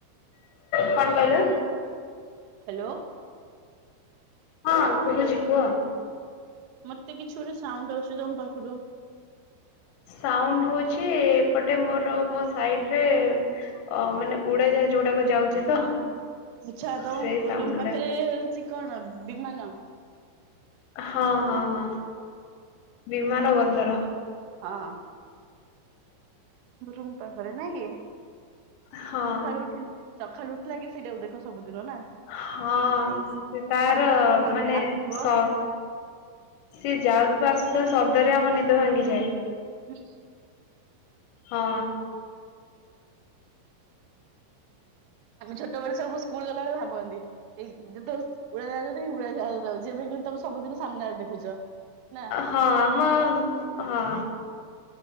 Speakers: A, on the left; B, on the right.
A: କଣ କହିଲ?
B: ହ୍ୟାଲୋ
A: ହଁ ଶୁଭୁଛି କୁହ।
B: ମତେ କିଛି ଗୋଟେ ସାଉଣ୍ଡ ଆସୁଛି ତମ ପାଖରୁ।
A: ସାଉଣ୍ଡ ହେଉଛି ଏପଟେ ମୋର ମୋ ସାଇଟରେ ଅ ମାନେ ଉଡା ଯାହାଜ ଉଡାକ ଯାଉଛି ତ।
B: ଆଛା ତମ
A: ସେଇ ସାଉଣ୍ଡ
B: ରୁମ
A: ଗୁଡା।
B: ପାଖରେ ହେଉଛି କଣ ବିମାନ।
A: ହଁ ହଁ ହଁ ବିମାନ ବନ୍ଦର।
B: ହଁ ରମ ପାଖରେ ନାଇଁ କି
A: ହଁ
B: ସକାଳୁ ଉଠି - ସଖାଳୁ ଉଠିଲେ ଆଗ ସେଇଟାକୁ ଦେଖ ସବୁଦିନ ନା
A: ହଁ ସେ ତାର
B: ଛାଡୁଥିବ ନହେଲେ
A: ମାନେ
B: ଆସୁଥିବ
A: ସ ସିଏ ଯାଉଥିବା ଆସୁଥିବା ଶବ୍ଦରେ ଆମ ନିଦ ଭାଙ୍ଗିଯାଏ।
B: ହୁଁ
A: ହଁ
B: ଆଛା ଆମେ ଛୋଟବେଳେ ସବୁ ସ୍କୁଲ ଗଲାବେଳେ ଭାବନ୍ତି ଏଇ ଯେତେବେଳେ ଉଡାଯାହାଜ ଦେଖନ୍ତି ଉଡାଯାହାଜ ଯାଉଛି। ଯେବେ କିନ୍ତୁ ତମେ ସବୁଦିନ ସାମ୍ନାରେ ଦେଖୁଛ। ନା
A: ହଁ ଆମ ହଁ